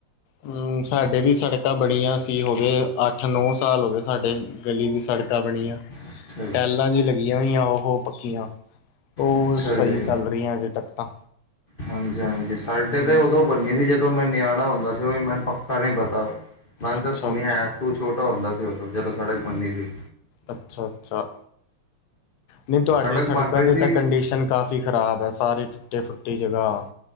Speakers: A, on the left; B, on the left.
A: ਹਮ ਸਾਡੇ ਵੀ ਸੜਕਾਂ ਬਣੀਆਂ ਸੀ, ਹੋ ਗਏ ਅੱਠ ਨੌ ਸਾਲ ਹੋ ਗਏ ਸਾਡੇ ਗਲੀ ਦੀ ਸੜਕਾਂ ਬਣੀਆਂ,
B: ਅੱਛਾ ਜੀ।
A: ਟਾਇਲਾਂ ਜਿਹੀ ਲੱਗੀਆਂ ਹੋਈਆਂ ਉਹ ਪੱਕੀਆਂ। ਉਹ
B: ਅੱਛਾ,
A: ਸਹੀ
B: ਜੀ,
A: ਚੱਲ ਰਹੀਆਂ ਅਜੇ ਤੱਕ ਤਾਂ
B: ਹਾਂਜੀ-ਹਾਂਜੀ, ਸਾਡੇ
A: ਹੂੰ
B: ਤੇ ਉਦੋਂ। ਬਨੀ ਸੀ, ਜਦੋਂ ਮੈਂ ਨਿਆਣਾ ਹੁੰਦਾ ਸੀ, ਉਹ ਵੀ ਮੈਨੂੰ ਪੱਕਾ ਨਹੀਂ ਪਤਾ, ਮੈਨੂੰ
A: ਅੱਛਾ
B: ਤਾਂ ਸੁਣਿਆ
A: ਅੱਛਾ।
B: ਹੈ ਤੂੰ ਛੋਟ ਟਾ ਹੁੰਦਾ ਸੀ, ਉਦੋ, ਜਦੋਂ ਸੜਕ ਬਨੀ ਸੀ।
A: ਅੱਛਾ-ਅੱਛਾ, ਨਹੀਂ ਤੁਹਾਡੇ,
B: ਸੜਕ
A: ਸੜਕਾਂ
B: ਬਣ ਰਹੀ
A: ਦੀ
B: ਸੀ
A: ਤਾਂ ਕੰਡੀਸ਼ਨ। ਕਾਫੀ ਖ਼ਰਾਬ ਹੈ, ਸਾਰੇ ਟੁੱਟੇ -ਫੁੱਟੀ ਜਗ੍ਹਾ।